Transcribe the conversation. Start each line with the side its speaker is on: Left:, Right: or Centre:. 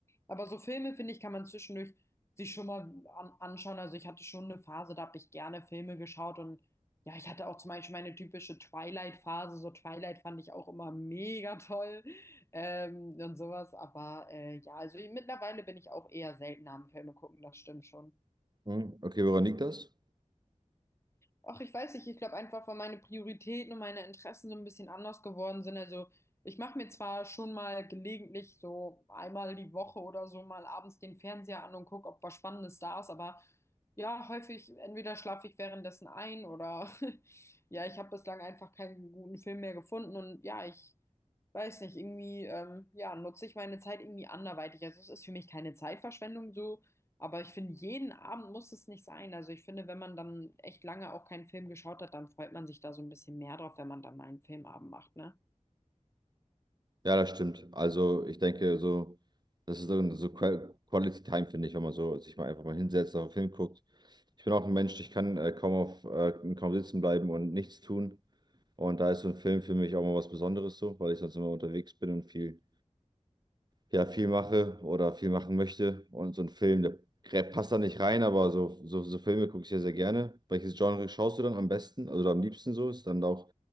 Left: Aber so Filme, finde ich, kann man zwischendurch sich schon mal an anschauen. Also ich hatte schon eine Phase, da habe ich gerne Filme geschaut und ja, ich hatte auch zum Beispiel meine typische Twilight-Phase. So Twilight fand ich auch immer mega toll ähm, und sowas. Aber äh, ja, also mittlerweile bin ich auch eher seltener am Filme gucken, das stimmt schon.
Right: Hm, Okay, woran liegt das?
Left: Ach, ich weiß nicht, ich glaube einfach, weil meine Prioritäten und meine Interessen so ein bisschen anders geworden sind. Also ich mache mir zwar schon mal gelegentlich so einmal die Woche oder so mal abends den Fernseher an und gucke, ob was Spannendes da ist, aber ja, häufig entweder schlafe ich währenddessen ein oder <laughs> ja, ich habe bislang einfach keinen guten Film mehr gefunden und ja, ich weiß nicht, irgendwie, ähm, ja, nutze ich meine Zeit irgendwie anderweitig. Also es ist für mich keine Zeitverschwendung so, aber ich finde, jeden Abend muss es nicht sein. Also ich finde, wenn man dann echt lange auch keinen Film geschaut hat, dann freut man sich da so ein bisschen mehr drauf, wenn man dann mal einen Filmabend macht, ne?
Right: Ja, das stimmt. Also ich denke, so, das ist so so Qua- Quality Time, finde ich, wenn man so sich mal einfach mal hinsetzt, auf einen Film guckt. Ich bin auch ein Mensch, ich kann äh, kaum auf äh, kaum sitzen bleiben und nichts tun. Und da ist so ein Film für mich auch mal was Besonderes so, weil ich sonst immer unterwegs bin und viel ja, viel mache oder viel machen möchte. Und so ein Film, der grä- passt da nicht rein, aber so, so, so Filme gucke ich sehr sehr gerne. Welches Genre schaust du dann am besten, also am liebsten so? Ist dann auch,